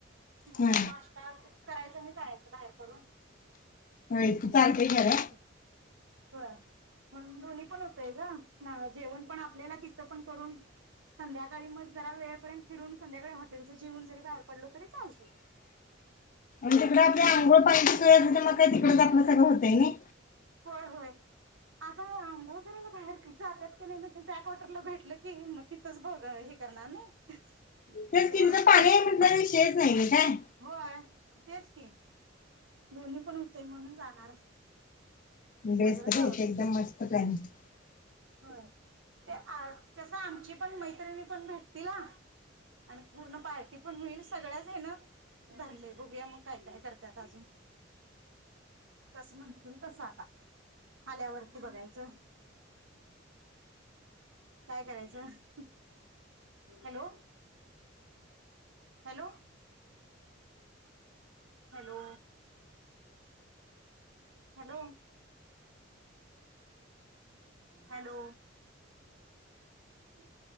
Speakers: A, on the right; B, on the left.
A: म
B: हा
A: नाश्ता करायच आणि जायाचं बाहेर पडून
B: व्हय तू चाल
A: दोन्ही
B: घे जरा
A: पण होते <unintelligible> म्हणून दोन्ही पण होतय ग म जेवण पण आपल्याला तिथं पण करून संध्याकाळी मग जरा वेळपर्यंत फिरून संध्याकाळी हॉटेलच जेवण जरी बाहेर पडलो तरी चालत
B: तिकड आपल्या अंघोळ पाणीची सोय मग का तिकडच आपलं सगंळ होत तय नय
A: होय होय आता अंघोळ करायला बाहेर की जातात की नाही मी त त्या कॉटरला भेटल की मग तिथंच ब हे करणार नाय
B: तेच
A: निवांत
B: की तिथं पाणी आहे म्हटलं विषयच नाहीय काय
A: होय तेच की दोन्ही पण होतेय म्हणून जाणार
B: बेस
A: सगळंच
B: तरथे एकदम मस्त प्लॅनिंग
A: हो ते कसं आमची पण मैत्रिणी पण भेटतील ह आणि पूर्ण पार्टी पण होईल सगळ्याच आहे ना धरले बघूया मग काय काय करतत अजून कस म्हणतील तसं आता आल्यावरती बघायचं काय करायचं hello hello hello hello hello हम्